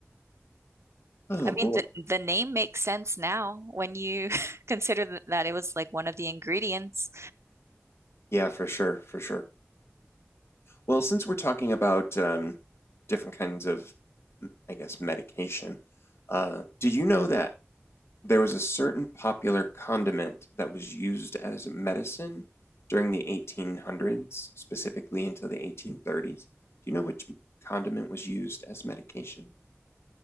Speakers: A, on the left; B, on the right.
A: Oh
B: I mean,
A: boy.
B: the the name makes sense now when you <laughs> consider th- that it was like one of the ingredients.
A: Yeah, for sure, for sure. Well, since we're talking about um, different kinds of, m- I guess, medication, uh, did you know that there was a certain popular condiment that was used as a medicine during the 1800s, specifically until the 1830s? Do you know which condiment was used as medication?